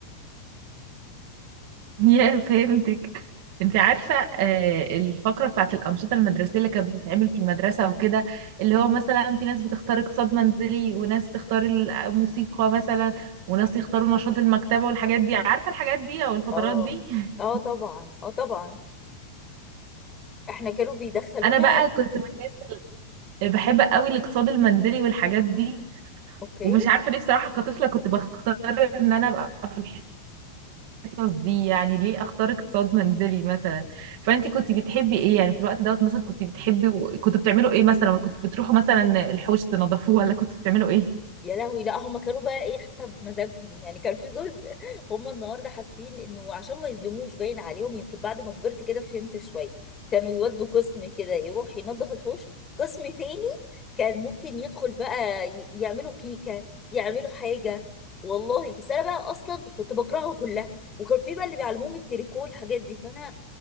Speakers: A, on the right (about 50°); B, on the left (about 20°).
A: <laughs> يا فهمتك انت عارفة آه، الفقرة بتاعت الأنشطة المدرسية اللي كانت بتتعمل في المدرسة وكده اللي هو مثلا في ناس بتختار اقتصاد منزلي وناس تختار الموسيقى مثلا وناس يختاروا نشاط المكتبة والحاجات دي عارفة الحاجات دي أو الفترات
B: اه
A: دي <laughs>
B: اه طبعا اه طبعا احنا كانوا بيدخلونا
A: أنا بقى كنت من الناس اللي بحب قوي الاقتصاد المنزلي والحاجات دي
B: اوكي
A: ومش عارفة ليه بصراحة كطفلة كنت بختار إن أنا أبقى في القصص دي يعني ليه اختار اقتصاد منزلي مثلا فانت كنت بتحبي ايه يعني في الوقت دوت مثلا كنت بتحبي و... كنت بتعملوا ايه مثلا ولا كنت بتروحوا مثلا الحوش تنظفوه ولا كنت بتعملوا ايه
B: يا لهوي لا هم كانوا بقى ايه حسب مزاجهم يعني كان في جزء <laughs> هم النهارده حاسين انه عشان ما يظلموش باين عليهم يمكن بعد ما كبرت كده فهمت شويه كانوا يودوا قسم كده يروح ينظف الحوش قسم تاني كان ممكن يدخل بقى ي- يعملوا كيكه يعملوا حاجه والله بس انا بقى اصلا كنت بكرهه كلها وكان في بقى اللي بيعلموهم التريكو الحاجات دي فانا